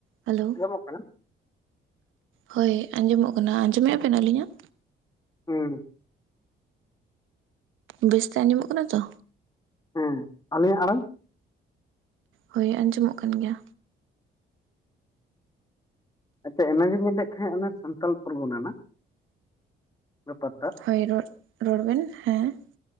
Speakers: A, on the right; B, on the left.
A: Hello,
B: ᱟᱸᱡᱚᱢᱚᱜ ᱠᱟᱱᱟ
A: ᱦᱳᱭ ᱟᱸᱡᱚᱢᱚᱜ ᱠᱟᱱᱟ, ᱟᱸᱡᱚᱢᱮᱫᱼᱟ ᱵᱮᱱ ᱟᱹᱞᱤᱧᱟᱜ?
B: ᱦᱩᱸ
A: ᱵᱮᱥᱛᱮ ᱟᱸᱡᱚᱢᱚᱜ ᱠᱟᱱᱟ ᱛᱚ?
B: ᱦᱮᱸ, ᱟᱹᱞᱤᱧᱟᱜ ᱟᱲᱟᱝ?
A: ᱦᱳᱭ ᱟᱸᱡᱚᱢᱚᱜ ᱠᱟᱱ ᱜᱮᱭᱟ᱾
B: ᱟᱪᱪᱷᱟ, ᱚᱱᱮ ᱜᱤᱧ ᱧᱮᱞᱮᱫ ᱛᱟᱦᱮᱸᱫ ᱚᱱᱟ ᱥᱟᱱᱛᱟᱞ ᱯᱚᱨᱜᱚᱱᱟ ᱨᱮᱱᱟᱜ, ᱨᱮᱯᱚᱨᱴᱟᱨ
A: ᱦᱳᱭ ᱨᱚᱫ, ᱨᱚᱲ ᱵᱮᱱ ᱦᱮᱸ,